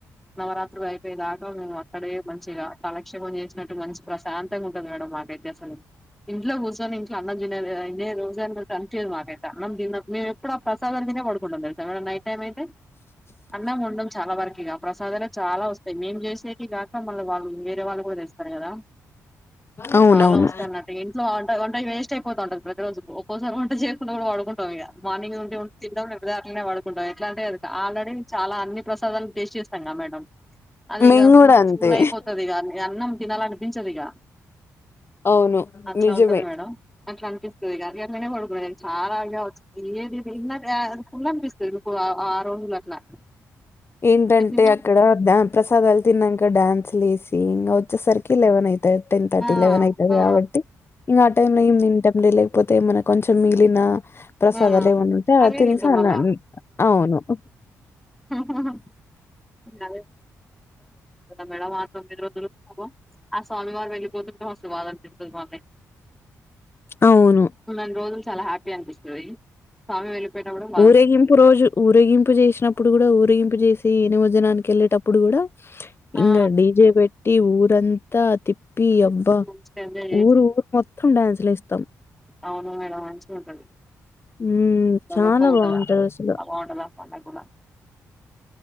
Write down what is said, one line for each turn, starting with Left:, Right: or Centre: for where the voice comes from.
Centre: నవరాత్ర త్ర అయిపో దాకా మేము అక్కడే మంచిగా కలక్షేపం చేసినట్టు మంచి ప్రశాంత గా ఉంటుంది మేడం మాకైతే అసలు ఇంట్లో కూర్చొని అన్నం తినేదే రోజు కనిదు మాకైతే అన్నం తినం మేము ఎప్పు ఆ ప్రసాదాలు తినే పడుకుంటాం తె నిట్ టైమ్ అయితే అన్నం ఉండం చాలా వరకు ఇక ప్రసాదాలే చాలా వస్తాయి మేం చేసేవి కాక మళ్ళీ వాళ్ళు వేరే వాళ్ళు కూడా చేస్తారు కదా
Left: అవునవును
Centre: చాలా వస్తాయి అన్నట్టు ఇంట్లో వంట వంటయి వేస్ట్ అయిపోతా ఉంటది ప్రతిరోజు ఒక్కోసారి వంట చేకుండా కూడా వాడుకుంటాం ఇగా మార్నింగ్ నుండి ఉండి తిండాం నిబదటలనే వాడుకుంటాం ఎట్లా అంటే అ ఆల్రెడీ చాలా అన్ని ప్రసాదాలు టేస్ చేస్తాంగా మేడం అదిక
Left: మేము కూడా అంతే
Centre: చూల అయిపోతుది ఇక అన్నం తినాల అనిపించదు ఇక
Left: అవును
Centre: అట్లా
Left: నిజమే
Centre: ఉంటది మేడం అట్లా అనిపిస్తది గానీ అట్లనే పడుకునే చాలా వంది ఏదిది ఫుల్ అనిపిస్తుంది మీకు ఆ రోజులు అట్లా
Left: ఏంటంటే
Centre: ఇక తినాలి
Left: అక్కడ ప్రసాదాలు తిన్నాక డ్యాన్స్ లేసి ఇంకా వచ్చసార్కి లేవన్ అవుయితే టెన్ థర్టీ
Centre: ఆ
Left: లేవన్ అయితాది
Centre: ఆ
Left: కాబట్టి ఇంకా ఆ టైమ్ లో ఏమి తింటామ్ లేకపోతే ఏ మైన కొంచెం మిగిలిన ప్రసాద
Centre: ఆ
Left: లేవున్నా ఉంటె
Centre: అవే
Left: తినిసి
Centre: తింటాం మళ్ళా
Left: అవును
Centre: ఆహా మేడ ఆ తొమ్మిది రోజలు ఆ స్వామి వారి పోతు మా వాద అనిపిస్తుంది మళ్ని
Left: అవును
Centre: న రోజులు చాలా హ్యాపీ అనిపిస్తది స్వామి వెళ్ళిపోయేటప్పుడు బాధ
Left: ఊరేగింపు
Centre: అనిపిస్తది
Left: రోజు ఊరేగింపు చేసినప్పుడు ఇప్పుడు కూడా ఊరిగింపు చేసి ఎనిమజనానికి వెళ్ళేటప్పుడు కూడా
Centre: ఆ
Left: ఇంకా డీజే పెట్ టి ఊరంతా తిప్ప అప్పి
Centre: ట్రిప్‌ని
Left: అబ్బా
Centre: మంచిగా ఎంజాయ్ చేసి
Left: ఊరు ఊరు మొత్తం డ్యాన్సులు వేస్తారు
Centre: అవును మేడం మంచిగా ఉంటది
Left: మ్మ్ చాలా
Centre: దుఃఖం ఉండద
Left: బాగుంటది అసలు
Centre: అభ ఉండద పండకూడా